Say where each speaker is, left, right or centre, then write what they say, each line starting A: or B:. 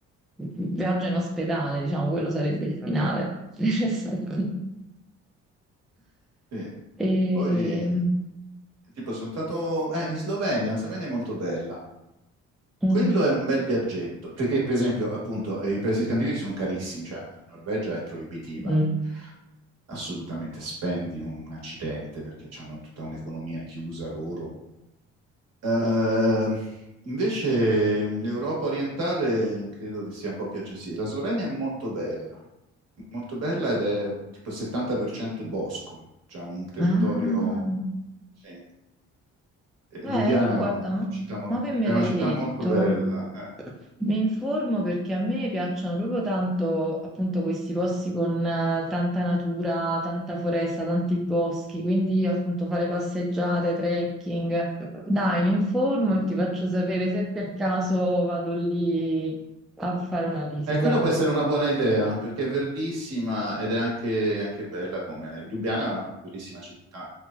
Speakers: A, in the centre; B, on the right (about 55°).
A: viaggio in ospedale, diciamo, quello sarebbe il finale <laughs> necessario.
B: Sì.
A: E...
B: Poi, tipo, sono stato eh, in Slovenia, la Slovenia è molto bella.
A: mm,
B: Quello è un bel viaggetto, perché per esempio, appunto, eh, i paesi scandinavi sono carissimi, cioè la Norvegia è proibitiva.
A: mm.
B: assolutamente spendi un accidente perché hanno tutta un'economia chiusa loro. Eh, invece l'Europa orientale credo che sia un po' più accessibile. La Slovenia è molto bella, molto bella ed è tipo il 70% bosco, cioè un territorio...
A: Ah.
B: Sì. Eh,
A: Eh,
B: Lubiana
A: ma
B: è
A: guarda,
B: una
A: mo
B: città molto,
A: mo che me
B: è
A: l'hai
B: una città
A: detto,
B: molto bella. eh.
A: mi informo perché a me piacciono proprio tanto appunto questi posti con eh, tanta natura, tanta foresta, tanti boschi, quindi appunto fare passeggiate, trekking. Dai, mi informo e ti faccio sapere se per caso vado lì a fare una visita.
B: Eh, quello può essere una buona idea perché è verdissima ed è anche, anche bella come... Lubiana è una bellissima città.